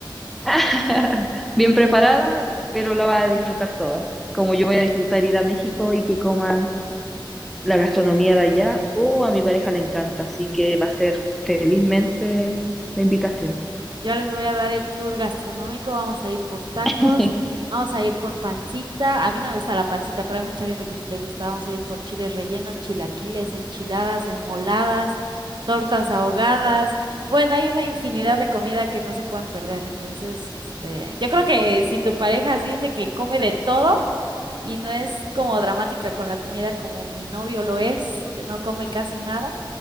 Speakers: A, in the centre; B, on the right.
A: <laughs> Bien preparada, pero la vas a disfrutar toda. Como yo voy a disfrutar ir a México y que coman la gastronomía de allá, o a mi pareja le encanta, así que va a ser felizmente la invitación.
B: Yo les voy a dar el tour gastronómico. Vamos a ir por tacos,
A: <laughs>
B: vamos a ir por pancita. A mí no me gusta la pancita, pero hay mucha gente que sí le gusta. Vamos a ir por chiles rellenos, chilaquiles, enchiladas, enmoladas, tortas ahogadas. Bueno, hay una infinidad de comida que no se pueden perder. Entonces, este, yo creo que si tu pareja así es de que come de todo y no es como dramática con la comida como mi novio lo es, que no come casi nada,